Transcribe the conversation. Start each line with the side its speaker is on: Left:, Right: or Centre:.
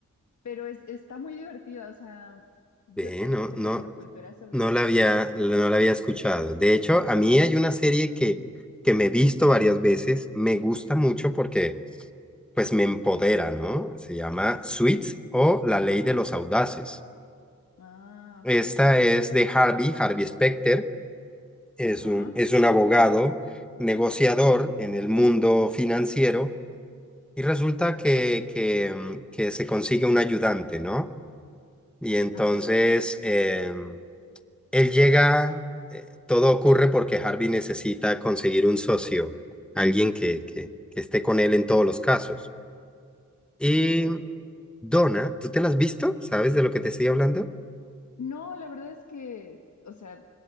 Left: pero es, está muy divertida, o sea,
Centre: <laughs>
Left: yo
Centre: Bien,
Left: te digo,
Centre: no,
Left: tengo
Centre: no,
Left: cero cultura sobre
Centre: No
Left: ver
Centre: la había,
Left: eso.
Centre: no la había escuchado. De hecho, a mí hay una serie que, que me he visto varias veces, me gusta mucho porque pues me empodera, ¿no? Se llama Suits o La Ley de los Audaces.
Left: Ah,
Centre: Esta
Left: ok.
Centre: es de Harvey, Harvey Specter, es
Left: Ajá,
Centre: un, es un abogado, negociador en el mundo financiero y resulta que, que, mm, que se consigue un ayudante, ¿no? Y entonces...
Left: ajá,
Centre: em, Él llega, eh, todo ocurre porque Harvey necesita conseguir un socio, alguien que, que, que esté con él en todos los casos. Y
Left: ok.
Centre: Donna, ¿tú te la has visto? ¿Sabes de lo que te estoy hablando?
Left: No, la verdad es que, o sea,